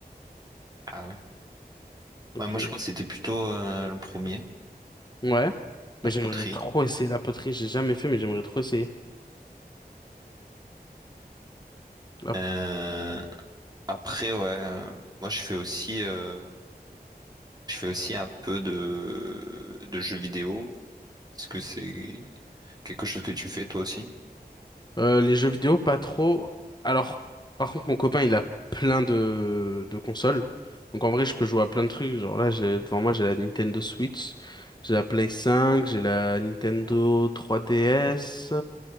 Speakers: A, on the right; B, on the left.
A: Ah oui.
B: Ok.
A: Ouais, moi je crois que c'était plutôt euh, le premier,
B: Ouais.
A: la
B: Mais j'aimerais
A: poterie.
B: trop essayer la poterie. J'ai jamais fait, mais j'aimerais trop essayer. Là.
A: Euh, après, ouais, euh, moi je fais aussi. euh, Je fais aussi un peu de, de jeux vidéo. Est-ce que c'est quelque chose que tu fais toi aussi?
B: Euh, les jeux vidéo, pas trop. Alors, par contre, mon copain, il a plein de, de consoles. Donc en vrai, je peux jouer à plein de trucs. Genre là, j'ai devant moi, j'ai la Nintendo Switch, j'ai la Play 5, j'ai la Nintendo 3DS.